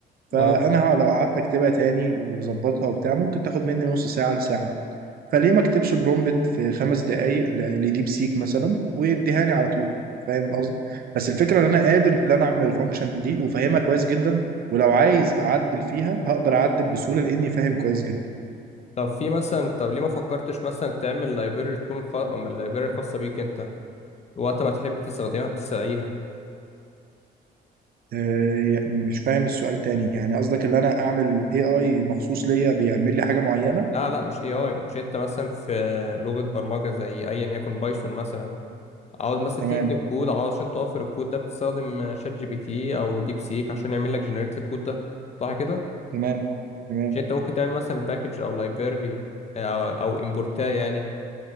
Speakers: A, on the right; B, on the left.
A: فانا
B: اه
A: لو قعدت اكتبها تاني وظبطها وبتاع ممكن تاخد مني نص ساعه لساعه فليه ما اكتبش برومبت في خمس دقائق ل- لديب سيك مثلا ويديهاني على طول فاهم القصد بس الفكره ان انا قادر ان انا اعمل الفانكشن دي وفاهمها كويس جدا ولو عايز اعدل فيها هقدر اعدل بسهوله لاني فاهم كويس جدا
B: طب في مثلا طب ليه ما فكرتش مثلا تعمل لايبرري تكون خ... من اللايبرري خاصه بيك انت وقت ما تحب تستخدمها بتستدعيها
A: آه، يعني مش فاهم السؤال تاني يعني قصدك ان انا اعمل اي اي مخصوص ليا بيعمل لي حاجه معينه
B: لا لا مش اي اي مش انت مثلا في لغه برمجه زي ايا يكن بايثون مثلا عاوز مثلا
A: تمام
B: تكتب كود عشان توفر الكود ده بتستخدم شات جي بي تي او ديب سيك عشان يعمل لك جنريت الكود ده صح كده
A: تمام تمام
B: مش انت ممكن تعمل مثلا باكج او لايبرري او او امبورتاه يعني